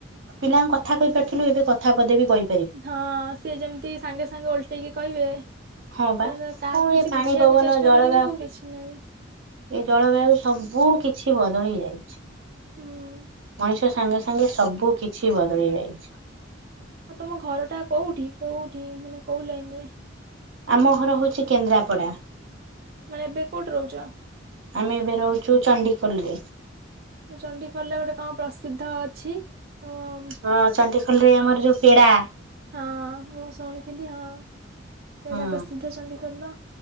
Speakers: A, on the right; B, on the right.
A: ପିଲାଙ୍କୁ କଥା କହିପାରିଥିଲୁ ଏବେ କଥା ପଦେବି କହି
B: ହଁ ସିଏ ଯେମିତି ସାଙ୍ଗେ ସାଙ୍ଗେ ଓଲଟେଇକି କହିବେ।
A: ହଁ ବା
B: ମାନେ
A: କଣ
B: କାହାକୁ କିଛି
A: ଏଇ ପାଣି
B: ବୁଝିବାକୁ
A: ପବନ
B: ଚେଷ୍ଟା
A: ଜଳବା
B: କରିବୁ କିଛି ନାହିଁ।
A: ଏ ଜଳବାୟୁ ସବୁ କିଛି ବଦଳି ଯାଇଛି।
B: ହୁଁ
A: ମଣିଷ ସାଙ୍ଗେ ସାଙ୍ଗେ ସବୁ କିଛି ବଦଳି ଯାଇଛି।
B: ଆ ତମ ଘରଟା କୋଉଠି କୋଉଠି ମାନେ କୋଉ ଲାଇନରେ?
A: ଆମ ଘର ହଉଛି କେନ୍ଦ୍ରାପଡ଼ା।
B: ମାନେ ଏବେ କଉଟି ରହୁଛ?
A: ଆମେ ଏବେ ରହୁଛୁ ଚଣ୍ଡିଖୋଲରେ।
B: ଚଣ୍ଡିଖୋଲରେ ଗୋଟେ କଣ ପ୍ରସିଦ୍ଧ ଅଛି ଅଁ
A: ହଁ ଚଣ୍ଡିଖୋଲ ରେ ଆମର ଯୋଉ ପେଡ଼ା।
B: ହଁ ମୁଁ ଶୁଣିଥିଲି ହଁ ପେଡ଼ା
A: ହୁଁ
B: ପ୍ରସିଦ୍ଧ ଚଣ୍ଡିଖୋଲର।